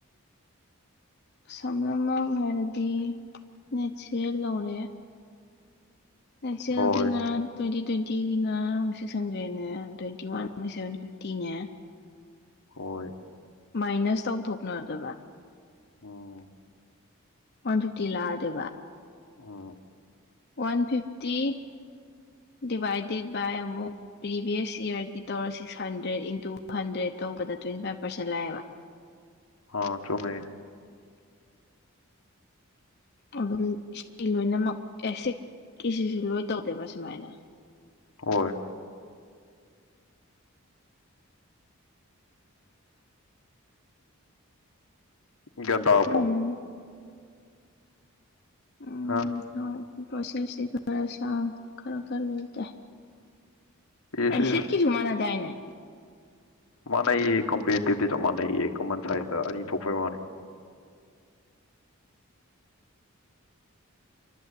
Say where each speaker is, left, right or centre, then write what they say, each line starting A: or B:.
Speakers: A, on the left; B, on the left.
A: <unintelligible> ꯁꯝꯅꯃꯛ ꯍꯥꯏꯔꯗꯤ ꯅꯦꯠꯁꯦ ꯂꯧꯔꯦ꯫ <unintelligible>
B: ꯍꯣꯏ
A: ꯒꯤꯅ ꯇꯨꯏꯟꯇꯤ ꯇ꯭ꯋꯦꯟꯇꯤꯒꯤꯅ ꯁꯤꯛꯁ ꯍꯟꯗ꯭ꯔꯦꯗꯅꯦ ꯇ꯭ꯋꯦꯟꯇꯤ ꯋꯥꯟ ꯁꯚꯦꯟ ꯐꯤꯐꯇꯤꯅꯦ꯫
B: ꯍꯣꯏ꯫
A: ꯃꯥꯏꯅꯁ ꯇꯧꯊꯣꯛꯅꯗꯣꯏꯕ꯫
B: ꯑꯣ
A: ꯋꯥꯟ ꯐꯤꯐꯇꯤ ꯂꯛꯑꯗꯣꯏꯕ꯫
B: ꯑꯣ
A: ꯋꯥꯟ ꯐꯤꯐꯇꯤ ꯗꯤꯚꯥꯏꯗꯦꯠ ꯕꯥꯏ ꯑꯃꯨꯛ ꯄ꯭ꯔꯤꯚꯤꯌꯁ ꯏꯌꯥꯔꯒꯤ ꯇꯧꯔ ꯁꯤꯛꯁ ꯍꯟꯗ꯭ꯔꯦꯠ ꯏꯟꯇꯨ ꯍꯟꯗ꯭ꯔꯦꯠ ꯇꯧꯕꯗ ꯇ꯭ꯋꯦꯟꯇꯤ ꯐꯥꯏꯚ ꯄꯥꯔꯁꯦꯟ ꯂꯥꯛꯑꯦꯕ꯫
B: ꯑꯥ ꯆꯨꯝꯃꯦ꯫
A: ꯑꯗꯨ ꯁꯤ ꯂꯣꯏꯅꯃꯛ ꯑꯦꯁꯤꯠꯀꯤꯁꯤꯁꯨ ꯂꯣꯏ ꯇꯧꯗꯣꯏꯕ ꯁꯨꯃꯥꯏꯅ꯫
B: ꯍꯣꯏ ꯒꯌ꯭ꯥꯟ ꯇꯔꯕꯣ꯫
A: ꯎꯝ ꯎꯝ
B: ꯍꯥ
A: ꯍꯣꯏ ꯄꯔꯣꯁꯦꯁ ꯈꯔ ꯁꯥꯡ ꯈꯔ ꯈꯔꯗꯤ ꯇꯥꯏ꯫
B: ꯏꯁ
A: ꯑꯁꯤꯠꯀꯤꯁꯨ
B: ꯏꯁ
A: ꯃꯥꯟꯅ ꯗꯥꯏꯅꯦ꯫
B: ꯃꯥꯥꯟꯅꯩꯌꯦ ꯀꯝꯄꯇꯤꯞꯇꯁꯨ ꯆꯞ ꯃꯥꯟꯅꯩꯌꯦ ꯀꯃꯟ ꯁꯥꯏꯖꯇ ꯑꯅꯤ ꯊꯣꯛꯄꯩ ꯋꯥꯅꯦ꯫